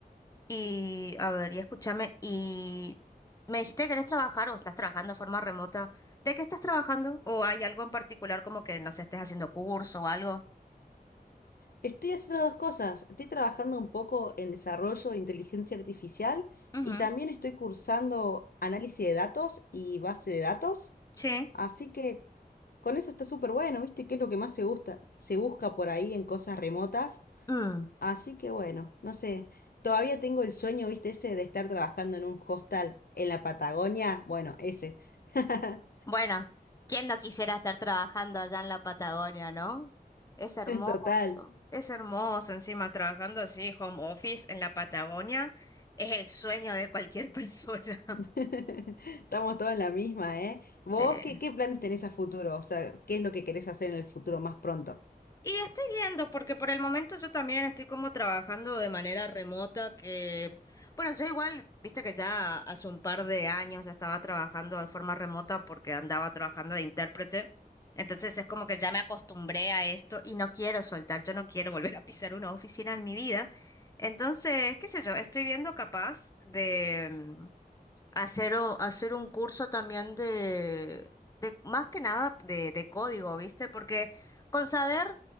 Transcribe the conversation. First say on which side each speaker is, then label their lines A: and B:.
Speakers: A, on the left; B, on the left.
A: Y a ver, y escúchame, y me dijiste que querés trabajar o estás trabajando de forma remota. ¿De qué estás trabajando? ¿O hay algo en particular como que no sé, estés haciendo curso o algo?
B: Estoy haciendo dos cosas. Estoy trabajando un poco en desarrollo de inteligencia artificial
A: Ujú,
B: y también estoy cursando análisis de datos y base de datos.
A: Sí.
B: Así que con eso está súper bueno, ¿viste? ¿Qué es lo que más se gusta? Se busca por ahí en cosas remotas.
A: Mm.
B: Así que bueno, no sé. Todavía tengo el sueño, ¿viste? Ese de estar trabajando en un hostel en la Patagonia. Bueno, ese. <laughs>
A: Bueno, ¿quién no quisiera estar trabajando allá en la Patagonia, no? Es hermoso,
B: Total.
A: es hermoso. Encima, trabajando así, home office en la Patagonia, es el sueño de cualquier persona. <laughs>
B: <laughs> Estamos todos en la misma, ¿eh?
A: Sí.
B: ¿Vos qué, qué planes tenés a futuro? O sea, ¿qué es lo que querés hacer en el futuro más pronto?
A: Y estoy viendo, porque por el momento yo también estoy como trabajando de manera remota, que, bueno, yo igual, viste que ya hace un par de años ya estaba trabajando de forma remota porque andaba trabajando de intérprete. Entonces es como que ya me acostumbré a esto y no quiero soltar, yo no quiero volver a pisar una oficina en mi vida. Entonces, qué sé yo, estoy viendo capaz de, Hacer, o- hacer un curso también de, de más que nada de, de código, ¿viste? Porque con saber